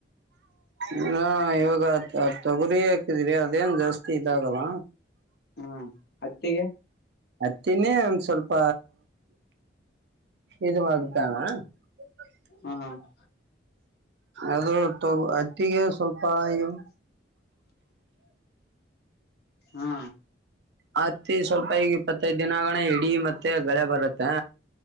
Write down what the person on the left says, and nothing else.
ಹ್ಮ್ ಹತ್ತಿಗೆ
ಹ್ಮ <unintelligible>
ಹಾ